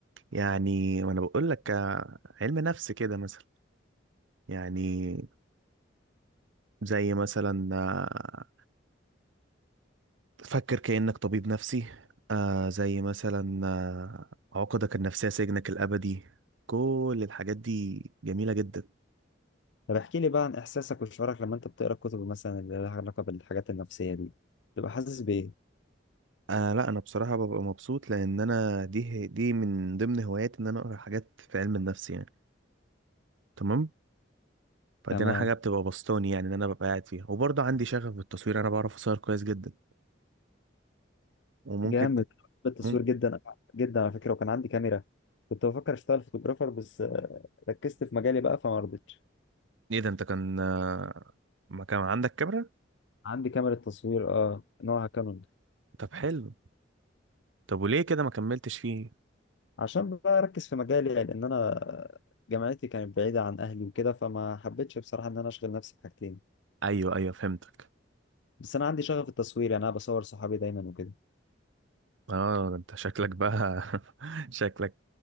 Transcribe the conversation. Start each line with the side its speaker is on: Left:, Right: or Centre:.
Right: يعني وانا بقول لك آه، علم نفس كده مثلا يعني زي مثلا آه، فكر كأنك طبيب نفسي آه زي مثلا آه، عقدك النفسيه سجنك الابدي كل الحاجات دي جميله جدا
Left: طب احكي لي بقى عن احساسك وشعورك لما انت بتقرا الكتب مثلا اللي لها علاقه بالحاجات النفسيه دي تبقى حاسس بايه
Right: آه لا انا بصراحه ببقى مبسوط لان انا دي دي من ضمن هواياتي ان انا اقرا حاجات في علم النفس يعني تمام فدي
Left: تمام
Right: انا حاجه بتبقى بسطاني يعني ان انا ببقى قاعد فيها وبرضه عندي شغف بالتصوير انا بعرف اصور كويس جدا وممكن
Left: جامد
Right: ت-
Left: بحب التصوير
Right: مم...
Left: جدا جدا على فكره وكان عندي كاميرا كنت بفكر اشتغل فوتوغرافر بس آه ركزت في مجالي بقى فما رضيتش
Right: ايه ده انت كان آه، ما كان عندك كاميرا
Left: عندي كاميرا تصوير اه نوعها كانون
Right: طب حلو طب وليه كده ما كملتش فيه
Left: عشان بقى اركز في مجالي لان انا جامعتي كانت بعيده عن اهلي وكده فما حبيتش بصراحه ان انا اشغل نفسي بحاجتين
Right: ايوه ايوه فهمتك
Left: بس انا عندي شغف التصوير يعني انا بصور صحابي دايما وكده
Right: اه ده انت شكلك بقى <laughs> شكلك